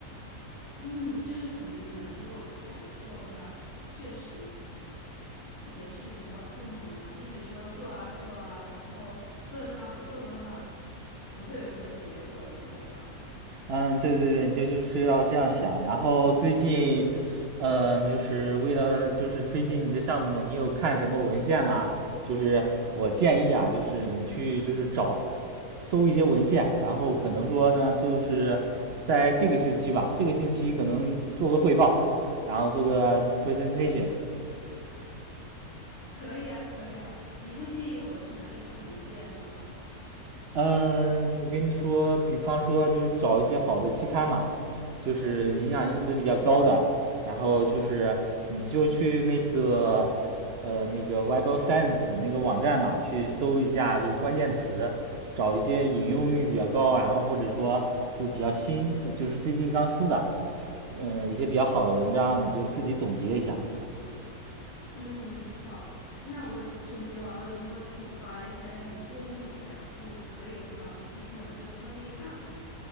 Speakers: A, on the left; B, on the right.
A: 嗯，这是肯定的。如果不开始做的话，确实也是比较困难的。一直说做啊做啊，然后坐在那不动的话，不会有什么结果的。我觉得
B: 嗯，对对对，这就是要这样想。然后最近，嗯，就是为了就是推进你这项目，你有看什么文献吗？就是我建议啊，就是你去就是找搜一些文献，然后可能说呢，就是在这个星期吧，这个星期可能做个汇报，然后做个 presentation。
A: 可以啊，可以啊。你会建议我去哪里看文件呢？
B: 嗯，我跟你说，比方说就是找一些好的期刊嘛，就是影响因子比较高的，然后就是你就去那个呃那个 Web of Science 那个网站嘛，去搜一下就是关键词，找一些引用率比较高，然后或者说就是比较新，呃就是最近刚出的，嗯、一些比较好的文章，你就自己总结一下。
A: 嗯，好，那我总结完了，能不能给你发一下，让你过目一下？如果可以的话，我继续往这个方面看。